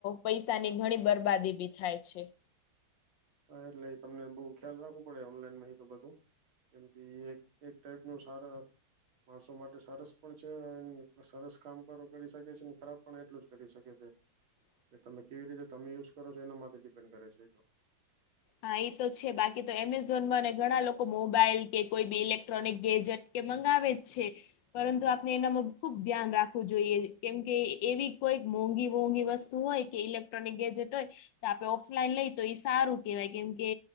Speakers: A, on the left; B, on the right.
A: પૈસાની ઘણી બરબાદી બી થાય છે.
B: હા એટલે તમને બહુ ખ્યાલ રાખવું પડે ઓનલાઈનમાં એ તો બધું કેમ કે એ એક ટાઈપનું સારા માણસો માટે સરસ પણ છે સરસ કામ કર કરી શકે છે ખરાબ પણ એટલું જ કરી શકે છે.
A: <inaudible>
B: એ તમે કેવી રીતે તમે યુઝ કરો છો એના માટેથી ડિપેન્ડ કરે છે એ તો.
A: હા એ તો છે બાકી તો એમેઝોનમાં ઘણા લોકો મોબાઈલ કે કોઈ બી ઇલેક્ટ્રોનિક એજેટ. કે મંગાવે જ છે. પરંતુ આપણે એનામાં ખુબ ધ્યાન રાખવું જોઈએ કેમકે એવી કોઈ મોંઘી મોંઘી વસ્તુ વસ્તુ હોય કે ઇલેક્ટ્રોનિક ગેજેટ હોય તો આપણે ઓફલાઈન લઈ તો એ સારું કેવાય કેમ કે